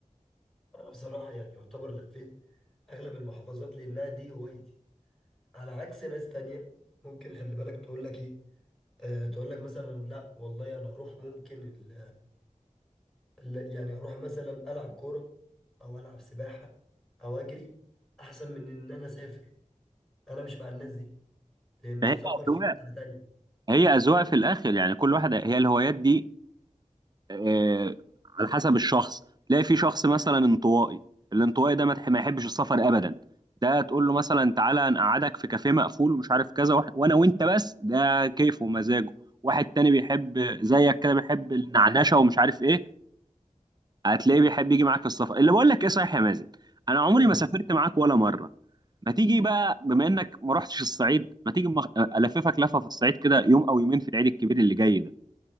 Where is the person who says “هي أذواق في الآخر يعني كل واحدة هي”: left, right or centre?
Right